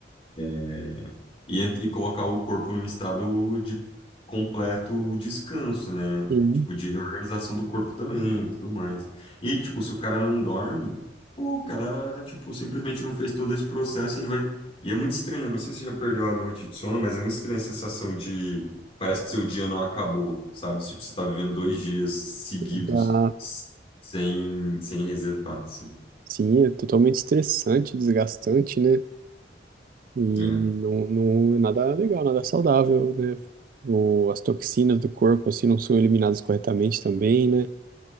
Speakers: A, on the left; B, on the right.
A: é, e, ent- e colocar o corpo num estado de completo descanso, né?
B: sim,
A: Tipo, de reorganização do corpo também, e tudo mais. E, tipo, se o cara não dorme, pô, o cara, tipo, simplesmente não fez todo esse processo, ele vai... E é muito estranho, eu não sei se você já perdeu a noite de sono, mas é muito estranha a sensação de... Parece que seu dia não acabou, sabe? Tipo, você tá vivendo dois dias seguidos
B: exato.
A: s- sem, sem resetar, assim.
B: Sim, é totalmente estressante, desgastante, né? E
A: É,
B: não, não é nada legal, nada saudável, né? O, as toxinas do corpo, assim, não são eliminadas corretamente também, né?